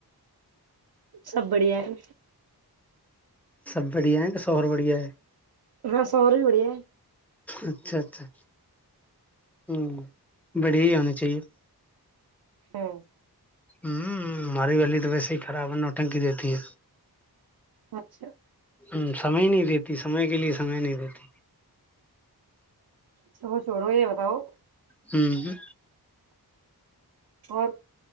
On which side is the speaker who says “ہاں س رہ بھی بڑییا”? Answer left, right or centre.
Right